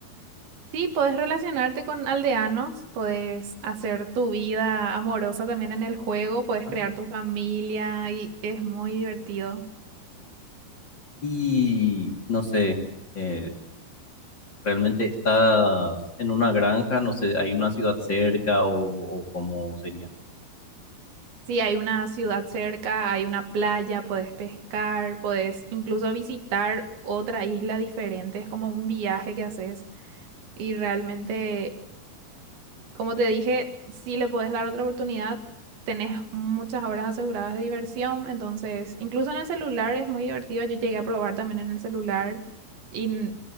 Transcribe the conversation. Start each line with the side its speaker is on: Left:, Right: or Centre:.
Right: Sí, podés relacionarte con aldeanos, podés hacer tu vida amorosa también en el juego, podés
Left: Ah,
Right: crear tu familia y es muy divertido.
Left: y no sé, eh, ¿realmente estás en una granja? No sé, ¿hay una ciudad cerca o, o cómo sería?
Right: Sí, hay una ciudad cerca, hay una playa, podés pescar, podés incluso visitar otra isla diferente, es como un viaje que haces y realmente, como te dije, si le podés dar otra oportunidad, tenés muchas horas aseguradas de diversión, entonces incluso en el celular es muy divertido, yo llegué a probar también en el celular y n-